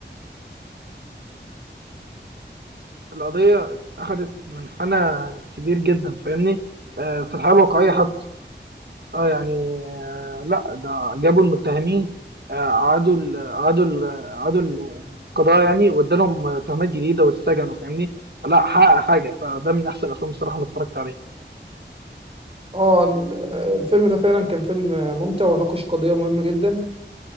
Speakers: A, on the right; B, on the right.
A: القضيه اخذت منحنى كبير جدا فاهمني آه، في الحاله الواقعيه
B: بالظبط
A: حتى اه يعني آه، لا ده جابوا المتهمين آه، اعادوا ال- اعادوا ال- اعادوا ال- يعني القضاء يعني وادالهم آه، تهمات جديده واتسجنوا فاهمني لا حقق حاجه فده من احسن الافلام الصراحه اللي اتفرجت عليها
B: اه ال- آه، الفيلم ده فعلا كان فيلم ممتع وناقش قضية مهمة جدا